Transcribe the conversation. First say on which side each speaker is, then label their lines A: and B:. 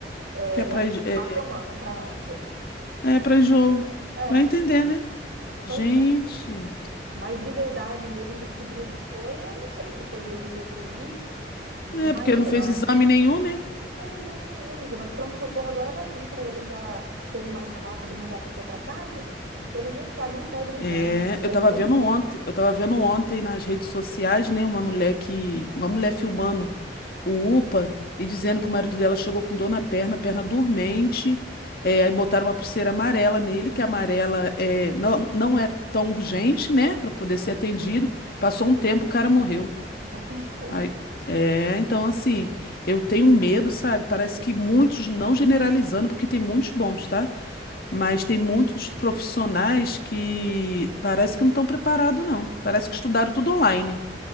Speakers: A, on the right (about 85°); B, on the left (about 55°).
A: é,
B: que é
A: para
B: pra,
A: continuar
B: enj- é,
A: tomando, pra ânsia.
B: é pra enjoo.
A: É,
B: Vai entender, né? Gente.
A: pois é. Mas de verdade mesmo descobrir o que foi, eu não sei se foi mesmo que eu comi, mas
B: É, porque
A: sei
B: não fez
A: lá.
B: exame nenhum, né?
A: Não fez exame nenhum, amiga, mas pronto-socorro agora tá assim para eles já serem mais rápido e mandar a pessoa para casa. Eles nem, fa- nem pedem exame.
B: É, eu
A: É
B: tava
A: muito
B: vendo
A: difícil.
B: ontem, eu tava vendo ontem nas redes sociais, né, uma mulher que, uma mulher filmando o UPA e dizendo que o marido dela chegou com dor na perna, perna dormente, é, aí botaram uma pulseira amarela nele, que a amarela é, não, não é tão urgente, né, Pra poder ser atendido. Passou um tempo, o cara morreu.
A: Já pensou?
B: Aí, é, então assim, eu tenho medo, sabe? Parece que muitos, não generalizando, porque tem muitos bons, tá? Mas tem muitos profissionais que parece que não estão preparados, não. Parece que estudaram tudo online.